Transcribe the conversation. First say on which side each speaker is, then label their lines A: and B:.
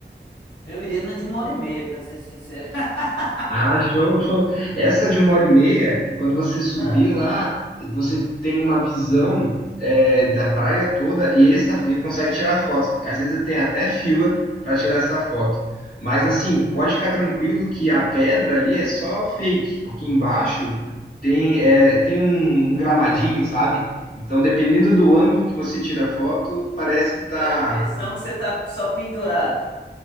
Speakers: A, on the left; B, on the left.
A: Eu iria na de uma hora e meia, pra ser sincero. <laughs>
B: Ah, show, show. Essa de uma hora e meia, quando você subir
A: Ah,
B: lá, você tem uma visão é, da praia toda e, essa, e consegue tirar foto. Às vezes tem até fila para tirar essa foto. Mas assim, pode ficar tranquilo que a pedra ali é só fake, porque embaixo tem, é, tem um um gramadinho, sabe? Então, dependendo do ângulo que você tira a foto, parece que tá.
A: Dá a impressão que você tá só pendurado.